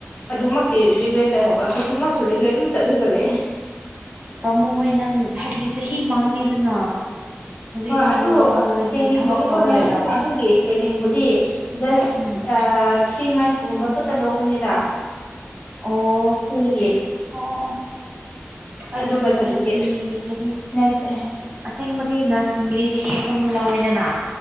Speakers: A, on the left; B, on the right.
A: ꯑꯗꯨꯃꯛꯇꯤ ꯔꯤꯒ꯭ꯔꯦꯠ ꯆꯠꯍꯧꯔꯦ ꯍꯧꯖꯤꯛꯃꯛꯁꯨ ꯔꯤꯒ꯭ꯔꯦꯠ ꯑꯗꯨꯝ ꯆꯠꯂꯒ ꯂꯩꯑꯦ꯫
B: ꯄꯥꯃꯨꯌꯦ ꯅꯪ ꯍꯥꯏꯕꯗꯤ ꯆꯍꯤ ꯃꯥꯡꯉꯦꯗꯅ꯫ ꯍꯧꯖꯤꯛ
A: ꯍꯣꯏ
B: ꯅꯪ
A: ꯑꯗꯨ
B: ꯂꯧꯍꯧꯔꯗꯤ
A: ꯇ꯭ꯔꯦꯟꯅꯤꯡꯕꯨꯗꯤꯀꯣ
B: ꯊꯕꯛ ꯇꯧꯔ
A: ꯅꯔꯁꯁꯤꯡ
B: ꯂꯩꯔꯝꯕꯁꯨ
A: ꯑꯗꯨꯒꯤ ꯇ꯭ꯔꯦꯅꯤꯡꯕꯨꯗꯤ ꯖꯁ
B: ꯎꯝ
A: ꯊ꯭ꯔꯤ ꯃꯟꯁꯀꯨꯝꯕ ꯈꯛꯇ ꯂꯧꯕꯅꯤꯗ꯫
B: ꯑꯣ
A: ꯐ꯭ꯔꯤꯒꯤ
B: ꯑꯣ ꯑꯣ ꯑꯣ ꯑꯩꯒꯤ
A: ꯑꯗꯨꯒ
B: ꯆꯍꯤ
A: ꯁꯥꯔꯇꯤꯐꯤꯀꯦꯠ
B: ꯆꯍꯤ ꯆꯍꯤ
A: ꯅꯠꯇꯦ
B: ꯑꯁꯦꯡꯕꯗꯤ ꯅꯔꯁꯤꯡꯒꯤꯗꯤ ꯆꯍꯤ ꯑꯍꯨꯝ ꯂꯧꯋꯦꯗꯅ